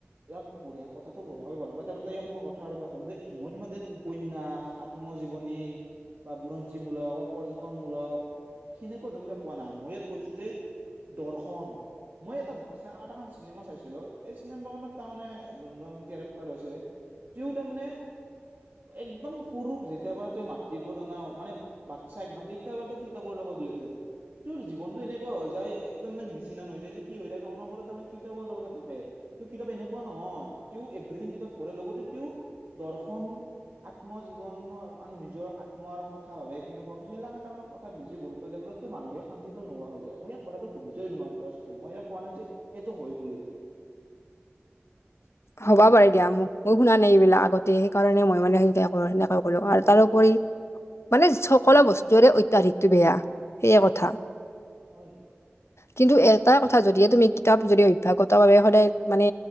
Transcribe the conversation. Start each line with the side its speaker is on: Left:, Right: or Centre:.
Right: ইয়াক বঢ়িয়া কথাটো বঢ়িয়াকৈ গ'ল ব ত মই কথা এটা ক'ম যে মই তোমাৰ ইাত উপন্যাসাা আত্মজীৱনী বা বুৰঞ্জীমূলক বা পৰ্যটনমূলক সেনেকুৱা ধৰণ কোৱা নাই মই ইয়াত কৈছো যে দৰ্শন মই এটা এটা এখন চিনেমা চাইছিলো এই চিনেমাখনত তাৰমানানে যোনজন কেৰেক্টাৰ আছে তেওঁ তাৰমানে একদম সৰু যেতিয়াৰ পৰা তেওঁ মাতৃব জনা মানে বাত্‌চা একদম তেতিয়া পৰা তেওঁ কিতাবৰ লগত ৰিলেতেদ। তোৰ জীৱনটো এনেকুৱা হৈ যায় একদম ম মেচিন আন হৈ যায় যে কি হৈ থাকে অনবৰত তাৰমানে কিতাপৰ লগতে থাকে। তেওঁ কিতাপ এনেকুৱা নহয় তেওঁ এভ্ৰিথিং কিতাপ পঢ়ে লগতে তেওঁ দৰ্শন আত্মজীৱনৰ মানে নিজৰ আত্মৰ ক কথা ভাবে কেনেকুৱা খেলাখান মানে কথা বেছি গুৰুত্ব দিয়ে <unintelligible> মানুহে শান্তিতো নোহোৱা হৈ যায় মই ই কথাটো সুধিছই নোটো মই ইয়াক কোৱা নাই যে এইটোৱে হয় বুলি। <inaudible>
Left: হ'ব
Right: এনেকুৱাটো
Left: পাৰে দিয়া মোক মই শুনা নাই এইবিলাক আগতে সেইকাৰণে মই মানে সা কৰো স <unintelligible> আৰু
Right: হয়
Left: তাৰোপৰি মানে সকলো বস্তুৰে অত্যাধিকটো বেয়া সেইয়ে কথা।
Right: হয়
Left: কিন্তু এটা কথা যদিহে তুমি কিতাপ যদি অভ্যাসতাৰ বাবে সদায় মানে